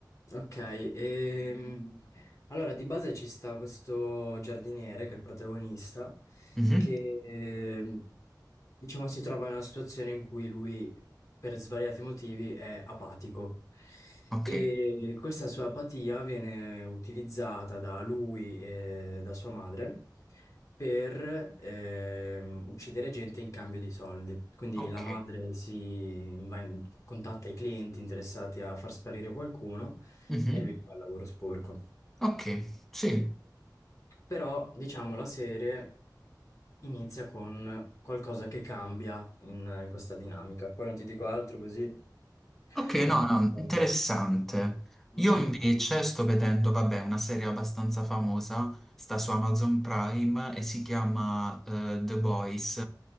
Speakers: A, on the left; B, in the centre.
A: Ok, ehm, allora di base ci sta questo giardiniere che è il protagonista,
B: Mhm,
A: che ehm, diciamo si trova in una situazione in cui lui per svariati motivi è apatico
B: Ok,
A: e questa sua apatia viene utilizzata da lui e da sua madre per ehm, uccidere gente in cambio di soldi. Quindi
B: ok,
A: la madre si va in- contatta i clienti interessati a far sparire qualcuno
B: mhm,
A: e lui fa il lavoro sporco.
B: ok, sì.
A: Però, diciamo, la serie inizia con qualcosa che cambia in, in questa dinamica. Poi non ti dico altro così
B: Ok,
A: non
B: no,
A: te
B: no,
A: la spoil.
B: interessante.
A: Mm,
B: Io
A: mm,
B: invece
A: mm.
B: sto vedendo, vabbè, una serie abbastanza famosa, sta su Amazon Prime e si chiama eh, The Boys.